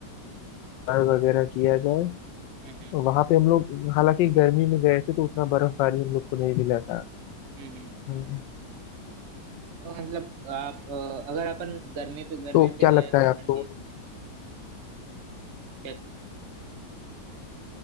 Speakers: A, on the left; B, on the right.
A: पार वगैरह किया जाए
B: हम्म हम्म
A: और वहां पे हम लोग हालांकि गर्मी में गए थे तो उतना बर्फबारी हम लोग को नहीं मिला था
B: हम्म
A: हम्म।
B: तो मतलब आप अ, अगर अपन गर्मी पे गर्मी
A: तो
B: पे
A: क्या लगता
B: गए फिर
A: है
B: ठंडी
A: आपको
B: हुई क्या चीज